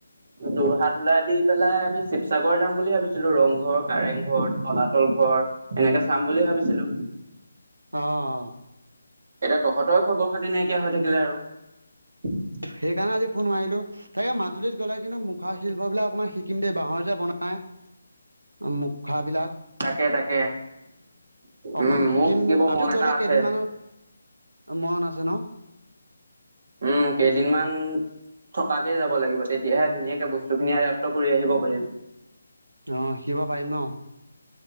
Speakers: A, on the right; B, on the right.
A: যোৰহাট ওলাই দি পেলাই আমি শিৱসাগৰ যাম বুলি ভাবিছিলো ৰংঘৰ, কাৰেংঘৰ, তলাতল ঘৰ ঘৰ এনেকে চাম বুলি ভাবিছিলো।
B: অ'।
A: এতিয়া তহঁতৰে খবৰ খাতি নাইকিয়া হৈ থাকিলে আৰু।
B: সেইকাৰণে আজি ফোন মাৰিলো, তাকে মাজুলীত গ'লে কিন্তু মুখা শিল্প বিলাক অকমান শিকিম দেই। বাহৰ যে বনা মুখাবিলাক।
A: তাকে তাকে।
B: অকমান
A: উম
B: শিকিম
A: মোৰ শিকিব
B: আ
A: মন এটা
B: গ'লে
A: আছে
B: কেইদিনমানৰ মন আছে ন?
A: উম কেইদিনমান থকাকে যাব লাগিব তেতিয়াহে ধুনীয়াকে বস্তুখিনি আয়ত্ব কৰি আহিব পাৰিম।
B: অ শিকিব পাৰিম ন?